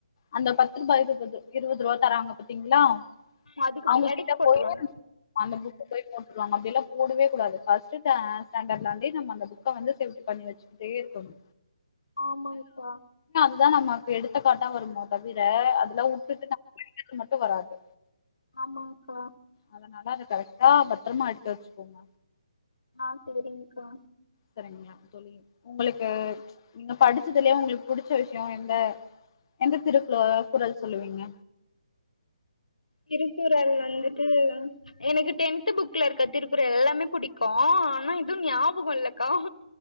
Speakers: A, on the left; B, on the left.
A: அந்த பத்து ரூபா இருவது இருவது ரூபா தராங்க பாத்தீங்களா
B: அதுக்கு
A: அவங்க
B: அடுக்கி
A: கிட்ட
B: போட்டுருவாங்க
A: போயி அந்த புக்கு போய் போ ட்ருவாங்க அப்டியெல்லா போடவே கூடாது. ஃபர்ஸ்ட் ஸா ஸ்டாண்டர்ட்ல இருந்தே நம்ம அந்த புக் க வந்து சேஃப்டி பண்ணி வச்சுக்கிட்டே இருக்கணு
B: ஆமாங்க்கா
A: அதா நமக்கு எடுத்துக்காட்டா வருமோ தவிர அதெல்லா விட்டுட்டு ந <inaudible> மட்டு வராது
B: ஆமாக்கா
A: அதனால அத கரெக்டா பத்தரமா எடுத்து வச்சுக்கோங்க
B: ஆ சேரிங்க்கா
A: செரிங்ளா தோழி. உங்களுக்கு நீங்க படிச்சதுலயே உங்களுக்கு புடிச்ச விஷயோ எந்த எந்த திருக்ளோ குரல் சொல்லுவீங்க
B: திருக்குறள் வந்துட்டு எனக்கு டென்த் புக்ல இருக்க திருக்குறள் எல்லாமே புடிக்கு ஆனா எது ஞாபகோ இல்லக்கா